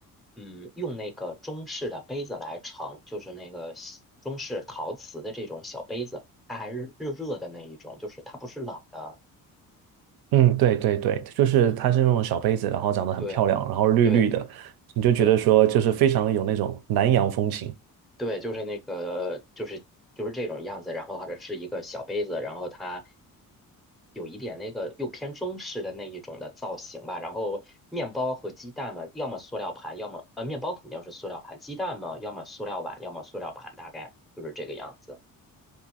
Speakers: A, in the centre; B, on the right.
A: 嗯，用那个中式的杯子来盛，就是那个西中式陶瓷的这种小杯子，它还是热热的那一种，就是它不是冷的。
B: 嗯，对对对，就是它是那种小杯子，然后长得很漂亮，
A: 对
B: 然后绿绿的，
A: 对
B: 你就觉得说就是非常有那种南洋风情。
A: 对。对，就是那个，就是就是这种样子，然后或者是一个小杯子，然后它有一点那个又偏中式的那一种的造型吧。然后面包和鸡蛋嘛，要么塑料盘，要么呃面包肯定是塑料盘，鸡蛋嘛，要么塑料碗，要么塑料盘，大概就是这个样子。